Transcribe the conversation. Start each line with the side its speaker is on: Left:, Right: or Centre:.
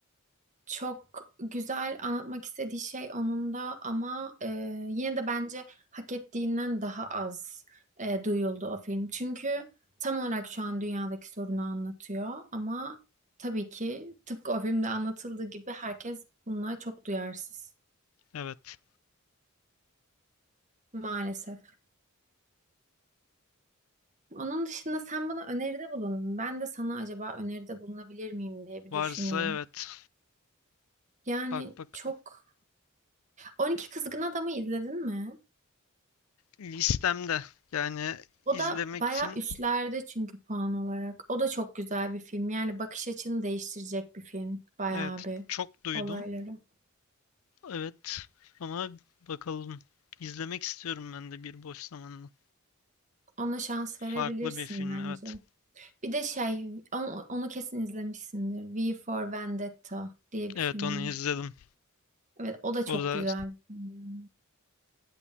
Right: Çok güzel anlatmak istediği şey onun da ama e, yine de bence hak ettiğinden daha az e, duyuldu o film. Çünkü tam olarak şu an dünyadaki sorunu anlatıyor ama tabii ki tıpkı o filmde anlatıldığı gibi herkes bununla çok duyarsız.
Left: Evet.
Right: Maalesef. Onun dışında sen bana öneride bulundun. Ben de sana acaba öneride bulunabilir miyim diye bir
Left: Varsa
Right: düşüneyim.
Left: evet.
Right: Yani
Left: Bak bak
Right: çok... 12 Kızgın Adam'ı izledin mi?
Left: listemde. Yani
Right: O
Left: izlemek
Right: da bayağı
Left: için
Right: üstlerde çünkü puan olarak. O da çok güzel bir film. Yani bakış açını değiştirecek bir film. Bayağı
Left: evet
Right: bir
Left: çok duydum.
Right: olayları.
Left: Evet ama bakalım. İzlemek istiyorum ben de bir boş zamanla.
Right: Ona şans
Left: Farklı
Right: verebilirsin
Left: bir film
Right: bence.
Left: evet.
Right: Bir de şey, onu, onu kesin izlemişsindir. V for Vendetta diye
Left: Evet
Right: bir film
Left: onu izledim.
Right: var. Evet, o da
Left: O
Right: çok
Left: da
Right: güzel bir film yani.